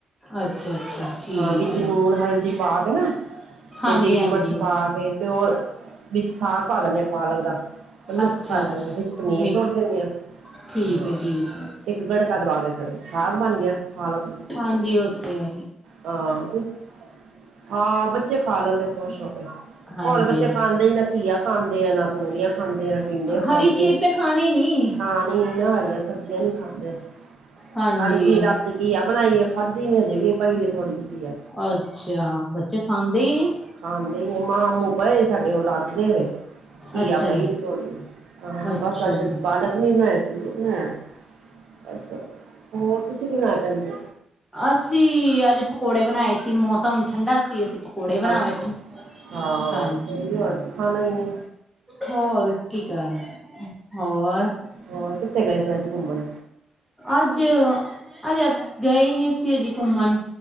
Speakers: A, in the centre; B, on the right (about 70°).
A: ਅੱਛਾ -ਅੱਛਾ। ਠੀਕ
B: ਹਾਂ ਵਿੱਚ
A: ਹੈ
B: ਨੂਣ, ਹਲਦੀ ਪਾ ਕੇ ਨਾ
A: ਹਾਂਜੀ
B: ਤੇ ਦੇਗੀ
A: ਹਾਂਜੀ
B: ਮਿਰਚ ਪਾ ਕੇ। ਤੇ ਉਹ ਵਿੱਚ ਸਾਗ ਪਾ ਦਿੰਦੇ ਹਾਂ ਪਾਲਕ ਦਾ। ਉਹਨੂੰ ਮਿਕਸ
A: ਅੱਛਾ
B: ਕਰ
A: ਅੱਛਾ
B: ਲੈਂਦੇ ਹ ਵਿੱਚ ਪਨੀਰ
A: ਮਿਕਸ
B: ਸੁੱਟ ਦਿੰਦੇ ਹਾਂ।
A: ਠੀਕ ਹੈ ਠੀਕ ਹੈ
B: ਇੱਕ ਗੜਕਾ ਦਵਾਵੇ। ਸਾਗ ਬਣ ਗਿਆ ਪਾਲਕ ਦਾ।
A: ਹਾਂਜੀ, ਓਕੇ ਆ।
B: ਹਾਂ ਖੁਸ਼। ਹਾਂ ਬੱਚੇ ਖਾ ਲੈਂਦੇ ਖੁਸ਼ ਹੋ ਕੇ।
A: ਹਾਂਜੀ
B: ਹੁਣ ਬੱਚੇ
A: ਹਾਂਜੀ
B: ਖਾਂਦੇ ਹੀ ਨਾ ਘੀਆ ਖਾਂਦੇ ਆ, ਨਾ ਤੋਰੀਆਂ ਖਾਂਦੇ ਆ, ਨਾ ਟਿੰਡੇ ਖਾਂਦੇ
A: ਹਰੀ ਚੀਜ਼
B: ਆ।
A: ਤੇ ਖਾਣੀ ਨੀ।
B: ਖਾਣੀ ਨਾ, ਹਰੀ ਸਬਜ਼ੀਆਂ ਨੀ ਖਾਂਦੇ।
A: ਹਾਂਜੀ
B: ਕੱਲ ਕੀ ਰਾਤੀ ਘੀ ਆ ਬਣਾਈ ਆ। ਖਾਧੀ ਨੀ ਹਜੇ ਵੀ। ਇਹ ਭਾਈ ਥੋੜੀ ਜਹੀ ਘੀ ਆ।
A: ਅੱਛਾ, ਬੱਚੇ ਖਾਂਦੇ ਹੀ ਨੀ।
B: ਖਾਂਦੇ ਹੀ ਮਾਂਹ-ਮੂ ਪਏ ਸਾਡੇ ਉਹ ਲੱਗ ਦੇ ਵੇ। ਘੀ
A: ਅੱਛਾ
B: ਆ ਪਈ
A: ਜੀ
B: ਜੇ ਥੋੜੀ ਜਹੀ। ਹਾਂ,
A: ਅੱਛਾ
B: ਬਸ ਅੱਜ
A: ਜੀ
B: ਪਾਲਕ ਨੀ ਬਣਾਏ ਸੀ ਉਹ ਬਣਾਇਆ। ਅੱਛਾ, ਹੋਰ ਤੁਸੀਂ ਕੀ ਬਣਾਇਆ ਭੈਣ ਜੀ?
A: ਅਸੀਂ ਅੱਜ ਪਕੌੜੇ ਬਣਾਏ ਸੀ। ਮੌਸਮ ਠੰਡਾ ਸੀ। ਅਸੀਂ ਪਕੌੜੇ ਬਣਾ
B: ਅੱਛਾ
A: ਬੈਠੇ।
B: ਹਾਂ
A: ਹਾਂਜੀ
B: ਸਹੀ ਗੱਲ।
A: ਹਾਂਜੀ
B: ਖਾਣਾ ਹੀ ਆ।
A: ਹੋਰ ਕੀ ਕਰਨਾ ਹੋਰ।
B: ਹੋਰ ਕਿੱਥੇ ਗਏ ਸੀ ਅੱਜ ਘੁੰਮਣ?
A: ਅੱਜ-ਅੱਜ ਗਏ ਨੀ ਅਸੀਂ ਹਜੇ ਘੁੰਮਣ।